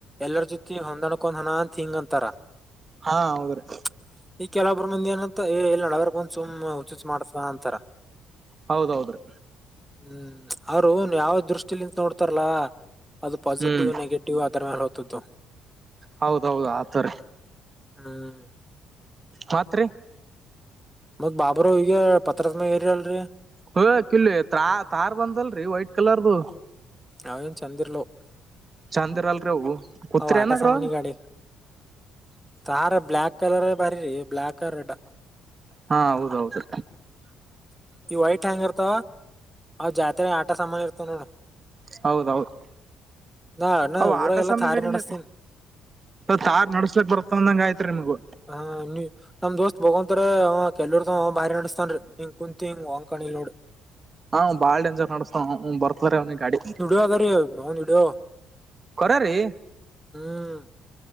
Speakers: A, in the centre; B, on the right.
A: ಎಲ್ಲರ ಜೊತಿ ಹೊಂದಾಣ್ಕೊಂದಾನ ಅಂತ ಹಿಂಗ್ ಅಂತಾರ.
B: ಹಾಂ ಹೌದ್ರಿ.
A: ಚ್ ಈಗ್ ಕೆಲವೊಬ್ರು ಮಂದಿ ಏನಂತ ಏ ಎಲ್ಲಿ ನಡಬರಕ ಬಂದ ಸುಮ್ ಹುಚುಚ್ ಮಾಡ್ತಾ ಅಂತಾರ.
B: ಹೌದೌದ್ರಿ.
A: ಹ್ಮ್ ಅವ್ರು ಯಾವ ದೃಷ್ಟಿಲಿಂದ ನೋಡ್ತಾರಲ್ಲಾ ಅದು ಪಾಸಿಟಿವ್
B: ಹ್ಮ್
A: ನೆಗೆಟಿವ್ ಡೀವ ಅದರ ಮ್ಯಾಲ ಓತದತೊ
B: ಹೌದೌದು ಆತವರೀ
A: ಹ್ಮ್
B: ಮತ್ರಿ
A: ಮತ್ತ ಬಾಬುರಾವ್ ಈಗೆ ಪತ್ರಸ ಮ್ಯಾಗ ಇರಿ ಅಲ್ರರಿ
B: ಹ ಕಿಲಿ ತಾ ತಾರ್ ಬಂದದಲ್ರರಿ ವೈಟ್ ಕಲರ್ದು
A: ಆವ್ ಏನ್ ಚಂದಿರಲ್ಲವ್
B: ಚಂದ್ ಇರಲ್ಲಲ್ರಿ ಅವು ಕೂತಿರೇನ
A: ಅವ್ ಆಟ
B: ಅದರೊಳಗ
A: ಸಾಮಾನಿ ಗಾಡಿ ತಾರ ಬ್ಲ್ಯಾಕ್ ಕಲರ್ ಬಾರಿರಿ ಬ್ಲಾಕ್ ರೆಡ್
B: ಹಾ ಹೌದೌದು
A: ಈ ವೈಟ್ ಹ್ಯಾಂಗ್ ಇರ್ತಾವ ಅವ್ ಜಾತ್ರೆನ ಆಟ ಸಾಮಾನಿ ಇರ್ತವ ನೋಡ್
B: ಹೌದೌದ್
A: ನಾ ನಾ
B: ಅವು
A: ಊರಾಗ
B: ಆಟ
A: ಎಲ್ಲಾ
B: ಸಾಮನಿ
A: ತಾರಿ
B: ಗಾಡಿನೇ
A: ನಡಸ್ತೀನ್
B: ತಾರ್ ನಡ್ಸ್ಲಕ್ ಬರ್ತಂದಂಗ ಆಯ್ತ್ರಿ ನಿಮ್ಗು
A: ಹ ನೀ ನಮ್ ದೋಸ್ತ್ ಬಗವಂತರೆ ಅವ ಕೆಲುರದವ ಅವ್ ಬಾರಿ ನಡಸ್ತನ್ರೀ ಕುಂತಿ ಹಿಂಗ ವಂಕಡೆ ನೋಡ್
B: ಅವ್ ಬಾಳ್ ಡೆಂಜರ್ ನಡಸ್ತಾನ ಅವನಿಗ ಬರ್ತದರಿ ಅವ್ನಿಗ ಗಾಡಿ
A: ಹೆಂಗ ಅದ ರೀ ಅವನದ್ ವಿಡಯೋ
B: ಕರೆ ರೀ
A: ಹ್ಮ್